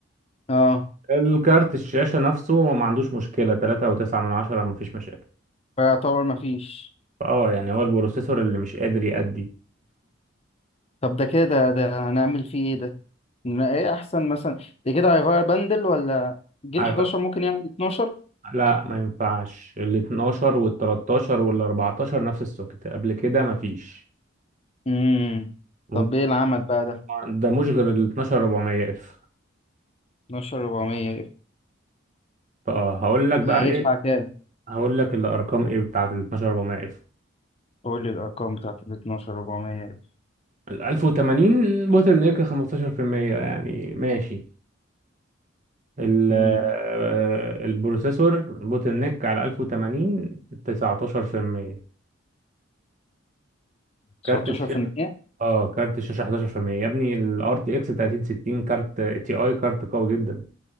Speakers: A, on the left; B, on the right.
A: اه
B: الكارت الشاشة نفسه هو ما عندوش مشكلة 3 و9 من عشرة ما فيش مشاكل
A: فيعتبر مفيش
B: اه يعني هو البروسيسور اللي مش قادر يأدي
A: طب ده كده ده, ده هنعمل فيه ايه ده ما ايه احسن مثلا ده كده هيغير بندل ولا جيل
B: <laughs>
A: 11 ممكن يعمل 12
B: لا ما ينفعش ال 12 وال 13 وال 14 نفس السوكت قبل كده ما فيش
A: امم
B: ممكن
A: طب ايه العمل بقى ده
B: ده مش غير ال 12 400 اف
A: 12 400
B: فهقول لك بقى
A: هيدفع
B: ايه
A: كام
B: هقول لك الارقام ايه بتاعت ال 12 400 اف
A: قول لي الارقام بتاعت ال 12 400
B: ال 1080 بوتل نيك 15% يعني ماشي ال
A: امم
B: آه، البروسيسور بوتل نيك على 1080 19% كارت
A: 19%
B: الش... اه كارت الشاشة 11% يا ابني ال RTX 3060 كارت تي اي كارت قوي جدا